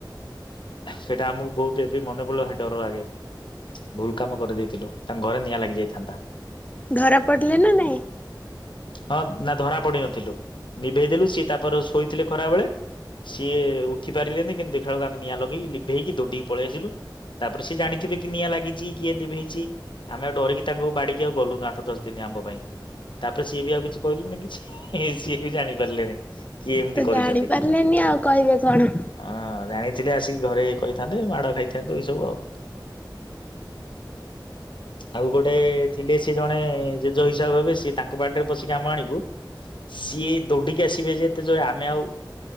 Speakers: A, on the left; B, on the left.
A: ସେଇଟା ଆମକୁ ବହୁତ ଏବେ ମନେ ପଡ଼ ଡର ଲାଗେ ଭୁଲ କାମ କରିଦେଇଥିଲୁ ତାଙ୍କ ଘରେ ନିଆଁ ଲାଗ ଯାଇଥାନ୍ତା।
B: ଧରା ପଡ଼ିଲ ନା ନାଇଁ।
A: ହଁ ନା ଧରା ପଡି ନଥିଲୁ। ନିଭେଇଦେଲୁ ସିଏ ତାପରେ ଶୋଇଥିଲେ ଖରାବେଳେ ସିଏ ଉଠି ପାରିଲେନି। କେନ୍ ଦେଖାଗଲା ଆମେ ନିଆଁ ଲଗେଇକି ଲିଭେଇକି ଦଡଡିିକ ପଳେଇ ଆସିଲୁ ତାପରେ ସେ ଜାଣିଥିବେ କି ନିଆଁ ଲାଗିଛି କିଏ ଲିଭେଇଛି ଆମେ ଡରିକି ତାଙ୍କୁ ବାଡିକି ଆଉ ଗଲୁନ ଆଠ ଦଶ ଦିନ ଆମ୍ବ ପାଇଁ ତାପରେ ସିଏ ବି ଆଉ କିଛି କହିଲେନି କିଛି ସିଏ ବି ଜାଣି ପାରିଲେନି। କିଏ ଏମିତି
B: ତ
A: କରିଛନ୍ତି
B: ଜାଣି ପାରିଲେନି ଆଉ କହିବେ କଣ
A: ଅଁ ଜାଣିଥିଲେ ଆସିକି ଘରେ କହିଥାନ୍ତେ ମାଡ ଖାଇଥାନ୍ତୁ ଏଇ ସବୁ ଆଉ ଆଉ ଗୋଟେ ଗୋଟେ ଥିଲେ ସେ ଜଣେ ଜେଜ ହିସାବ ହେବେ ସି ତାଙ୍କ ବାଡିରେ ପଶିକି ଆମ ଆଣିବୁ ସିଏ ଦୌଡିକି ଆସିବେ ଯେତେ ଯ ଆମେ ଆଉ